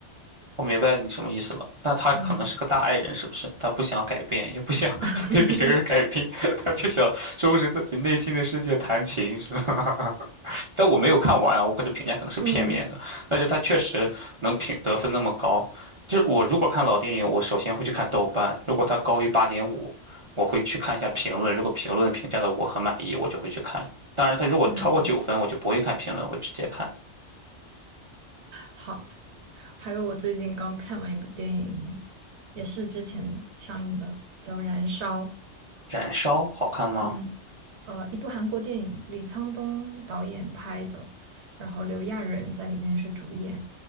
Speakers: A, on the right; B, on the right.
A: 我明白你什么意思了。那他可能是个大爱人，
B: 嗯
A: 是不是？他不想改变，也不想
B: <laughs>
A: <laughs> 被别人改变，他就想收拾自己内心的世界，弹琴，是吧？<laughs> 但我没有看完啊我给的评价可能是片面的，
B: 嗯
A: 但是他确实能评得分那么高。就是我如果看老电影，我首先会去看豆瓣，如果它高于八点五，我会去看一下评论。如果评论评价的我很满意，我就会去看。当然，它如果超过九分，
B: 嗯，
A: 我就不会看评论，会直接看。
B: 好。还有我最近刚看完一部电影，也是之前上映的，叫《燃烧》。
A: 燃烧好看吗？
B: 嗯。呃，一部韩国电影，李沧东导演拍的，然后刘亚仁在里面是主演。